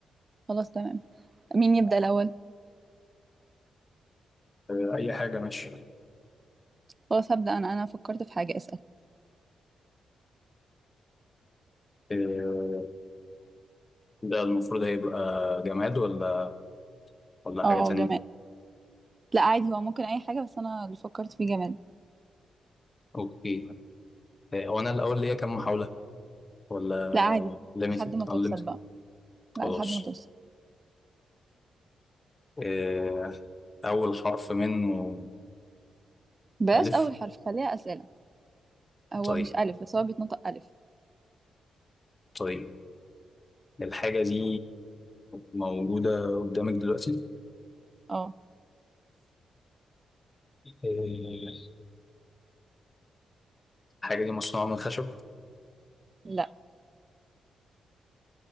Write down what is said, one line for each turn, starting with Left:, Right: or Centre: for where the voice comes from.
Right: خلاص تمام مين يبدأ الأول؟
Left: آه، اي حاجة ماشي
Right: خلاص هبدأ أنا أنا فكرت في حاجة اسأل
Left: آه، ده المفروض هيبقى جماد ولا ولا
Right: اه
Left: حاجة تانية
Right: جماد لا عادي هو ممكن أي حاجة بس أنا اللي فكرت فيه جماد
Left: اوكي آه، هو انا الاول ليا كام محاولة ولا
Right: لا عادي بقى.
Left: ليميتد
Right: لحد ما توصل
Left: انليميتد
Right: بقى لا
Left: خلاص
Right: لحد ما توصل
Left: آه، اول حرف منه
Right: بلاش
Left: الف
Right: أول حرف خليها أسئلة هو
Left: طيب
Right: مش ألف بس هو بيتنطق ألف
Left: طيب الحاجة دي موجودة قدامك دلوقتي
Right: اه
Left: آه، الحاجة دي مصنوعة من خشب
Right: لا